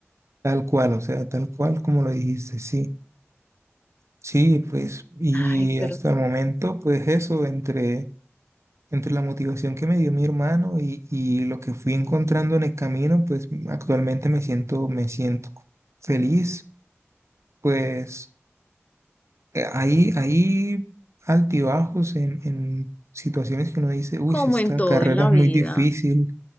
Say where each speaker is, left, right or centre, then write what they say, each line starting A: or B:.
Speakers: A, on the right (about 85°); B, on the left (about 35°).
A: tal cual, o sea, tal cual como lo dijiste, sí, sí, pues, y
B: Ay, pero
A: hasta el momento, pues eso, entre, entre la motivación que me dio mi hermano y, y lo que fui encontrando en el camino, pues actualmente me siento, me siento feliz, pues eh, ahí, ahí altibajos en, en situaciones que uno dice, uy,
B: como
A: esta
B: en todo
A: carrera
B: en la
A: es
B: vida,
A: muy difícil,